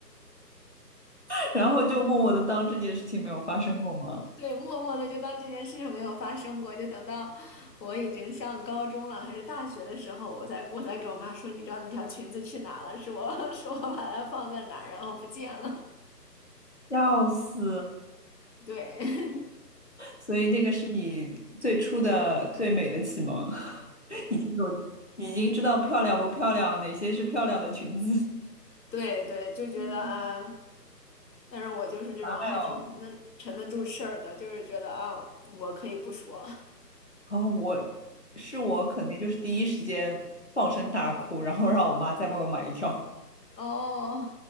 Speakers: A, on the left (about 45°); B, on the left (about 80°).
A: <laughs> 然后就默默的当这件事情没有发生过吗？
B: <laughs> 对，默默的就当这件事情没有发生过，就等到我已经上高中了还是大学的时候，我才我才给我妈说：“你知道那条裙子去哪了？是我 <laughs> 是我把它放在哪儿，然后不见了。
A: 笑死！
B: <laughs>”对。<laughs>
A: 所以那个是你最初的最美的启蒙，<laughs> 已经有，已经知道漂亮不漂亮，哪些是漂亮的裙子。
B: 对对，就觉得啊，
A: <laughs> 嗯，
B: 呃但是我就是这种还挺沉得沉得住事儿的，
A: 哎呦，
B: 就是觉得啊，我可以不说
A: 哦，我是我肯定就是第一时间放声大哭，然后让我妈再帮我买一条。
B: <laughs> 哦，